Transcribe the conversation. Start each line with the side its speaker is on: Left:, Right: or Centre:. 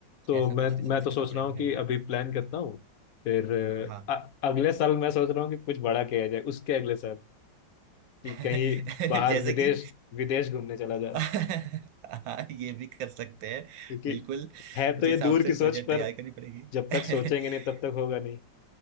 Left: तो
Right: ऐसा
Left: मैं
Right: कुछ रिसर्च
Left: मैं तो
Right: करना
Left: सोच
Right: पड़ेगा
Left: रहा हूँ
Right: मैं
Left: कि
Right: भी देख
Left: अभी प्लान करता हूँ फिर
Right: हाँ
Left: अ, अगले साल मैं सोच रहा हूँ कि कुछ बड़ा किया जाए उसके अगले साल कि
Right: <laughs>
Left: कहीं बाहर
Right: जैसे
Left: विदेश
Right: कि
Left: विदेश घूमने चला जाए
Right: <laughs> हाँ ये भी कर सकते हैं
Left: क्योंकि
Right: बिल्कुल
Left: है
Right: उस
Left: तो ये
Right: हिसाब
Left: दूर
Right: से
Left: की सोच
Right: बजट
Left: पर
Right: तैयार करनी पड़ेगी
Left: जब तक
Right: <laughs>
Left: सोचेंगे नहीं तब तक होगा नहीं